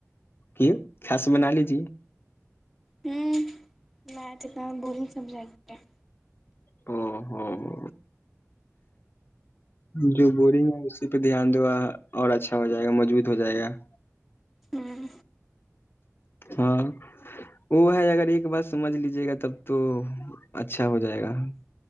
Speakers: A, on the left; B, in the centre.
A: کی خس بنا لیجیے <unintelligible>
B: ہوں <unintelligible> میھ اتنا بورنگ سمجھا گ <unintelligible> ا <unintelligible>
A: او ہو ہو جو بورنگ ہے اسی پہ دھیان دو گا اور اچھا ہو جائے گا مضبوط ہو جائے گا <unintelligible>
B: ہوں <unintelligible>
A: ہاں وہ ہے اگر ایک بار سمجھ لیجیے گا تب تو اچھا ہو جائے گا